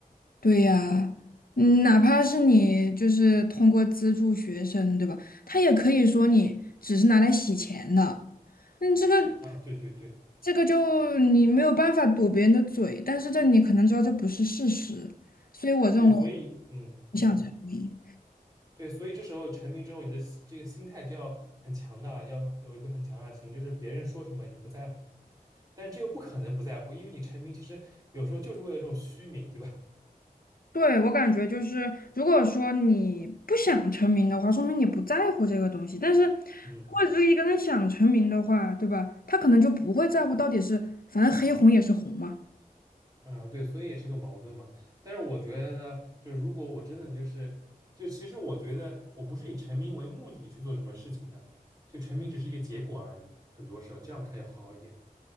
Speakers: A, on the left; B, on the right.
A: 对呀，嗯，哪怕是你就是通过资助学生，对吧？他也可以说你只是拿来洗钱的，嗯，这个。
B: 啊，对对对。
A: 这个就你没有办法堵别人的嘴，但是这你可能知道这不是事实，所以我认为
B: 对，所以嗯，你说
A: 不想成名。
B: 对，所以这时候成名之后，你的心这个心态就要很强大了，要有一个很强大的心，就是别人说什么你不在乎，但是这又不可能不在乎，因为你成名其实有时候就是为了这种虚名，对吧？
A: 对，我感觉就是，如果说你不想成名的话，说明你不在乎这个东西。但是，如
B: 嗯
A: 果只有一个人想成名的话，对吧？他可能就不会在乎到底是，反正黑红也是红嘛。
B: 嗯，对，所以也是个矛盾嘛。但是我觉得呢，就是如果我真的就是，就其实我觉得我不是以成名为目的去做什么事情的，就成名只是一个结果而已，很多时候这样看要好一点。